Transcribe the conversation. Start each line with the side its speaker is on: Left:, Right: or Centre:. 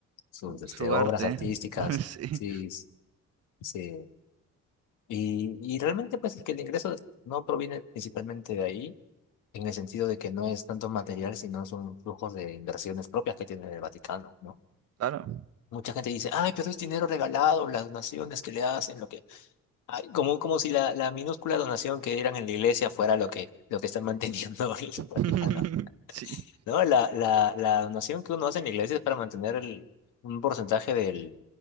Left: sus este,
Right: Su
Left: obras
Right: arte.
Left: artísticas.
Right: <laughs> Sí,
Left: Sí, s- sí. Y, y realmente, pues, es que el ingreso no proviene principalmente de ahí, en el sentido de que no es tanto material, sino son flujos de inversiones propias que tiene el Vaticano, ¿no?
Right: claro.
Left: Mucha gente dice, ay, pero es dinero regalado, las donaciones que le hacen, lo que... Ay, como, como si la, la minúscula donación que eran en la iglesia fuera lo que, lo que está manteniendo <laughs> el
Right: <laughs>
Left: Vaticano.
Right: Sí,
Left: No, la, la, la donación que uno hace en la iglesia es para mantener el- un porcentaje del,